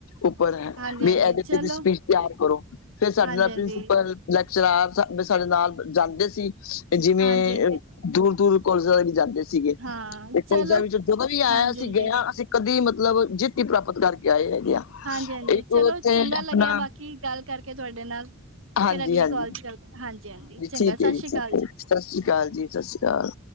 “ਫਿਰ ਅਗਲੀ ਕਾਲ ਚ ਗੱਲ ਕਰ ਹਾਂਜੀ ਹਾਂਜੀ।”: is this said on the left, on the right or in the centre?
Right